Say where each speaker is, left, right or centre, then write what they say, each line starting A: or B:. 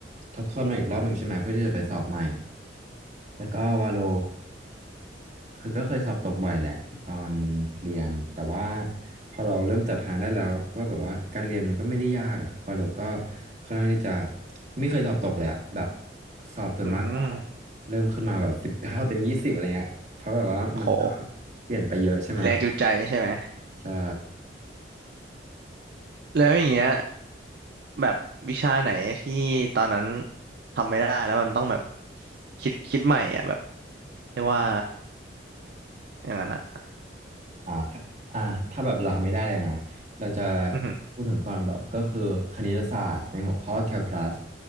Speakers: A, on the right (about 40°); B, on the right (about 60°).
A: ทบทวนมาอีกรอบหนึ่งใช่ไหมเพื่อที่จะไปสอบใหม่แล้วก็วาโลคือก็เคยสอบตกบ่อยแหละตอนเรียนแต่ว่าพอเราเริ่มจัดทางได้แล้วว่าแบบว่าการเรียนมันก็ไม่ได้ยากอะวาโลก็ค่อนข้างที่จะไม่เคยสอบตกเลยอะแบบสอบส่วนมากก็
B: ออืม
A: เริ่มขึ้นมาแบบสิบเก้าเต็มยี่สิบอะไรเงี้ยเพราะแบบว่ามันก็
B: โอ้โห
A: เปลี่ยนไปเยอะใช่ไหม
B: มีแรงจูงใจใช่ไหม
A: ใช่
B: แล้วอย่างเงี้ยแบบวิชาไหนที่ตอนนั้นทำไม่ได้แล้วมันต้องแบบคิดคิดใหม่อ่ะแบบเรียกว่า อย่างนั้นอ่ะ
A: อ่าครับอ่าถ้าแบบเราทำไม่ได้เลยนะเราจะ
B: อือหือ
A: พูดถึงก่อนแบบก็คือคณิตศาสตร์ในหัวข้อแคลคูลัส